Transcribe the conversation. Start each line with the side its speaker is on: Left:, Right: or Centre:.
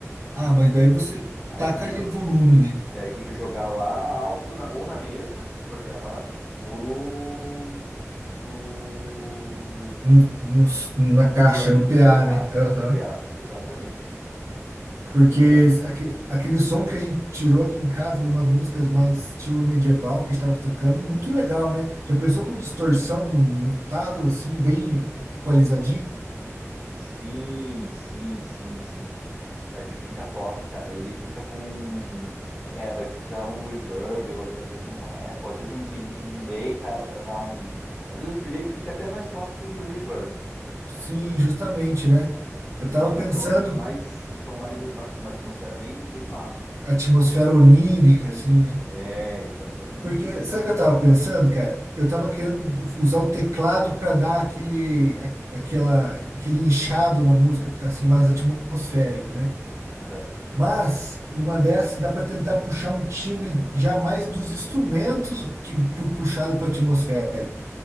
Right: ah, mas daí você
Centre: Aí
Right: taca
Centre: tem que,
Right: ali
Centre: jo-
Right: volume, né?
Centre: daí tem que jogar lá alto, na- ou na mesa, se for gravar, ou no, no,
Right: no, no- na
Centre: no,
Right: caixa,
Centre: no amp,
Right: no PA,
Centre: na caixa,
Right: né? Aham.
Centre: no PA. Exatamente.
Right: Porque
Centre: Que normal.
Right: esse- aque- aquele som que a gente tirou aqui em casa de umas músicas mais estilo medieval que a gente estava tocando, muito legal, né? Já pensou com distorção no, no talo, assim, bem equalizadinho?
Centre: Sim, sim, sim, sim. Vai, fica top, cara. Ele fica com. um, É, vai precisar um reverb ou até mesmo um eco, às vezes um, de- um delay, cara, para dar um. Às vezes o delay fica até mais top que o reverb.
Right: Sim, justamente, né?
Centre: Ele
Right: Eu tava
Centre: dá um
Right: pensando
Centre: som mais, um som mais, uma, uma atmosfera bem, bem massa também.
Right: a atmosfera onírica, assim, né?
Centre: É, exatamente.
Right: Porque, sabe o que eu tava pensando, cara? Eu tava querendo usar o teclado para dar aquele, a- aquela, aquele inchado na música, ficar assim mais atmosférico, né?
Centre: Aham,
Right: Mas, numa dessas, dá para tentar puxar um timbre já mais dos instrumentos que pu- puxado para atmosférico,